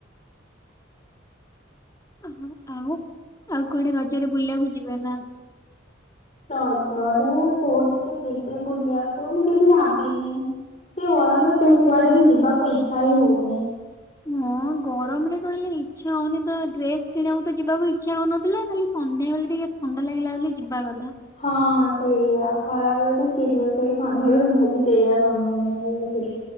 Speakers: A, on the left (about 15°); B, on the left (about 35°).
A: ଓହୋ ଆଉ ଆଉ କୁଆଡେ ରଜରେ ବୁଲିବାକୁ ଯିବେ ନା।
B: ରଜରେ କୋଉଠିକି ଯିବି ବୁଲିବାକୁ ମୁଁ କିଛି ଭାବିନି। ସେ ଗରମ ରେ କେଉ କୁଆଡେ ବି ଯିବାକୁ ଇଚ୍ଛା ହି ହଉନି।
A: ହଁ ଗରମରେ ଟଳିଲଲେ ଇଚଛା ହଉନି ତ ଡ୍ରେସ କିଣିବାକୁ ତ ଯିବାକୁ ଇଚ୍ଛା ହଉନଥିଲା ଖାଲି ସନ୍ଧ୍ୟାବେେଳେ ଟିକେ ଥଣ୍ଡା ଲାଗିଲା ବୋଲି ଯିବା କଦ
B: ହଁ ସେଇଆ। ଖରା ବଳେ ତ କିଏ ଯିବ ସେଇ ସନ୍ଧ୍ୟା ବେଳେ ମୁଁ ବି ସେଇଆା ମାମାଙ୍କୁ ନେଇକି ଯାଇଥିଲି।